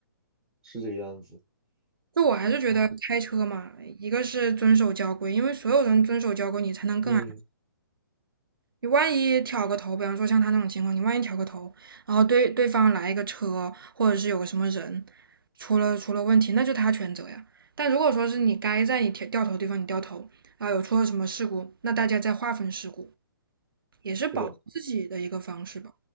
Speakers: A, on the right; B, on the right.
A: 是这个样子。
B: 就我还是觉得开车嘛，
A: 唉，
B: 一个是遵守交规，因为所有人遵守交规，你才能更安。
A: 嗯，
B: 你万一挑个头，比方说像他那种情况，你万一挑个头，然后对对方来一个车，或者是有个什么人出了出了问题，那就他全责呀。但如果说是你该在你调掉头的地方你掉头，然后有出了什么事故，那大家再划分事故，也是保护自己的一个方式吧，
A: 是的，